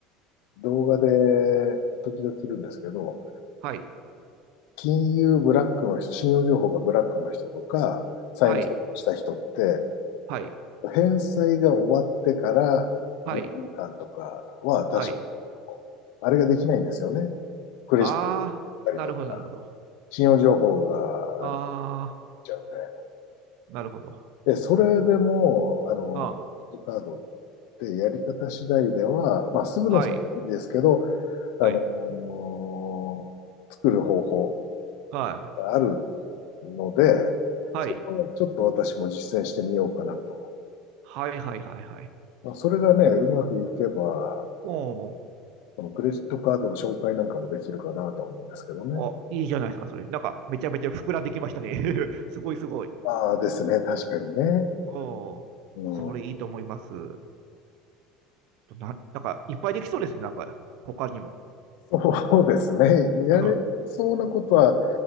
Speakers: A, on the left (about 70°); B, on the right (about 65°).
A: 動画で時々いるんですけど、
B: はい、
A: 金融ブラックの人、信用情報がブラックの人とか、債務設定した人って、
B: はい、はい、
A: 返済が終わってから5年間とかは確か
B: はい、はい。
A: あれができないんですよね。クレジットだったりとか、
B: あー、なるほど、なるほど。
A: 信用情報があの
B: あー
A: ちゃうんで。
B: なるほど。あ
A: で、それでも、あの、
B: あ、
A: クレジットカードってやり方次第では、まあ、すぐのすぐですけど、
B: はい、
A: あの、
B: はい、
A: 作る方法
B: はい、
A: があるので、
B: はい、
A: それをちょっと私も実践してみようかなと。
B: はい、はい、はい、はい。
A: まあ、それがね、うまくいけば、
B: おー
A: このクレジットカードの紹介なんかもできるかなと思うんですけどね。
B: お、いいじゃないですか、それ。なんか、めちゃめちゃ膨らんできましたね。<laughs> すごい、すごい。
A: ああですね、確かにね。
B: おーそれいいと思います。
A: うん、
B: な、なんか、いっぱいできそうですね、なんか、他にも。
A: そう <laughs> ですね。やれそうなことは
B: <laughs> うん、